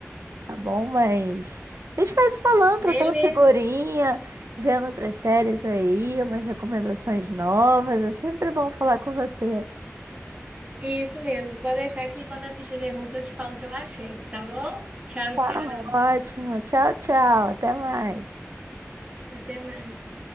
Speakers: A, on the right; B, on the right.
A: tá bom? Mas a gente vai se falando,
B: Beleza.
A: trocando figurinha, vendo outras séries aí, umas recomendações novas, é sempre bom falar com você.
B: Isso mesmo. Pode deixar que quando eu assistir The Hulk eu te falo o que eu achei, tá bom? Tchau,
A: Tá
B: tchau.
A: ótimo, tchau, tchau, até mais.
B: Até mais.